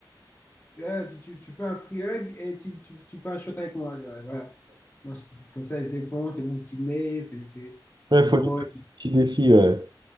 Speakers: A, on the left; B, on the right.
A: Ouais, tu, tu, tu fais un free hug et tu, tu, tu fais un shot avec moi. genre, voilà. Non, je- Comme ça, il se défonce et vous filmez, c'est c'est-
B: il
A: c'est
B: faut
A: drôle.
B: lui faire un petit défi. ouais.